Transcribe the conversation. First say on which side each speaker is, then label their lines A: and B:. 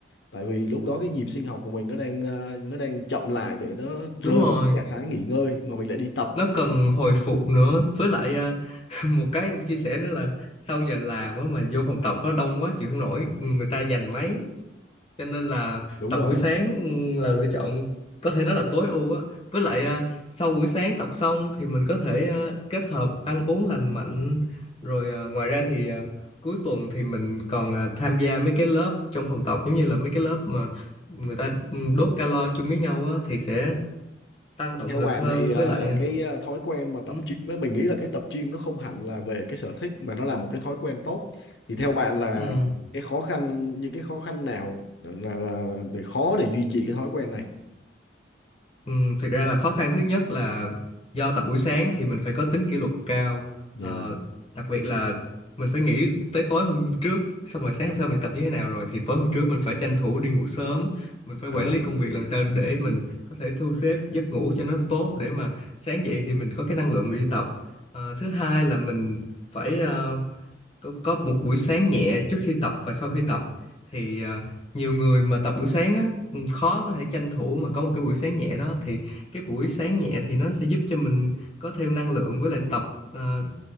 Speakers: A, on the left; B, on the left.
A: Tại vì lúc đó cái nhịp sinh học của mình nó đang ờ, nó đang chậm lại để nó rơi
B: đúng rồi
A: vào cái trạng thái nghỉ ngơi mà mình lại đi tập.
B: nó cần hồi phục nữa với lại à, <laughs> một cái em chia sẻ nữa là sau giờ làm á mà vô phòng tập nó đông quá chịu không nổi người ta giành máy cho nên là
A: Đúng
B: tập
A: rồi.
B: buổi sáng là lựa chọn có thể nói là tối ưu á với lại à, sau buổi sáng tập xong thì mình có thể à, kết hợp ăn uống lành mạnh rồi à, ngoài ra thì à, cuối tuần thì mình còn à, tham gia mấy cái lớp trong phòng tập giống như là mấy cái lớp mà người ta ừ, đốt calo chung với nhau á thì sẽ tăng động
A: Theo
B: lực
A: bạn
B: hơn
A: thì ờ,
B: với lại à,
A: cái ờ, thói quen mà tập
B: ừ,
A: gym ấy, mình nghĩ là cái tập gym nó không hẳn là về cái sở thích mà nó là một cái thói quen tốt. Thì theo bạn là
B: ừ.
A: cái khó khăn những cái khó khăn nào là, là để khó để duy trì cái thói quen này?
B: Ừ, thực ra là khó khăn thứ nhất là do tập buổi sáng thì mình phải có tính kỷ luật cao
A: Dạ.
B: Ờ, đặc biệt là mình phải nghĩ tới tối hôm trước xong rồi sáng hôm sau mình tập như thế nào rồi thì tối hôm trước mình phải tranh thủ đi ngủ sớm mình phải
A: À.
B: quản lý công việc làm sao để mình có thể thu xếp giấc ngủ cho nó tốt để mà sáng dậy thì mình có cái năng lượng mình đi tập Ờ, thứ hai là mình phải ờ, có, có một buổi sáng nhẹ trước khi tập và sau khi tập thì à, nhiều người mà tập buổi sáng á ừ, khó có thể tranh thủ mà có một cái buổi sáng nhẹ đó thì cái buổi sáng nhẹ thì nó sẽ giúp cho mình có thêm năng lượng với lại tập à,